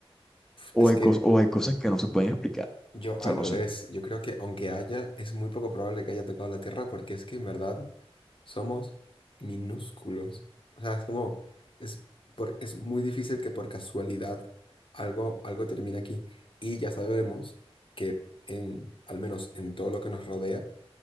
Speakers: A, in the centre; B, on the left.
A: O
B: Es
A: hay,
B: que
A: cos- o hay cosas que no se pueden explicar.
B: yo
A: O
B: al
A: sea, no
B: revés,
A: sé.
B: yo creo que aunque haya, es muy poco probable que haya tocado la Tierra porque es que en verdad somos minúsculos. O sea, es como, es, por, es muy difícil que por casualidad algo, algo termine aquí. Y ya sabemos que en, al menos en todo lo que nos rodea,